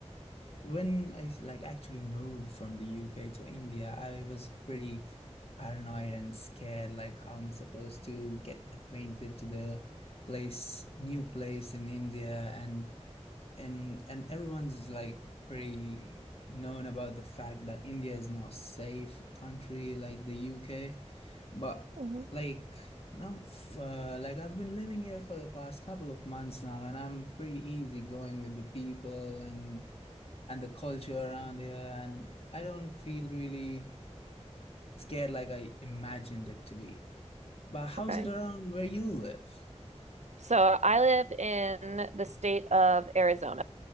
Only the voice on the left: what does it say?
when I like actually moved from the UK to India, I was pretty paranoid and scared, like how I'm supposed to get acquainted to the place, new place in India, and and and everyone's like pretty known about the fact that India is not safe country like the UK, but
like now, uh, like I've been living here for the past couple of months now, and I'm pretty easy going with the people and and the culture around here, and I don't feel really scared like I imagined it to be. But how's
it around where you live?